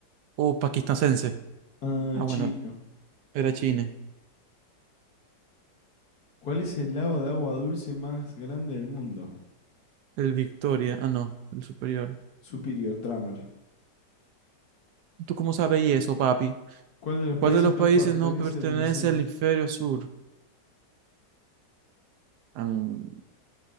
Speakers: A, on the right; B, on the left.
A: o pakistanense.
B: Ah,
A: Ah, bueno,
B: chino.
A: era China.
B: ¿Cuál es el lago de agua dulce más grande del mundo?
A: El Victoria. Ah, no, el superior.
B: Superior Drummer.
A: ¿Tú cómo sabes eso, papi?
B: ¿Cuál de los países
A: ¿Cuál de los
B: no
A: países
B: pertenece
A: no pertenece
B: al hemisferio?
A: al
B: sur?
A: hemisferio sur? Am,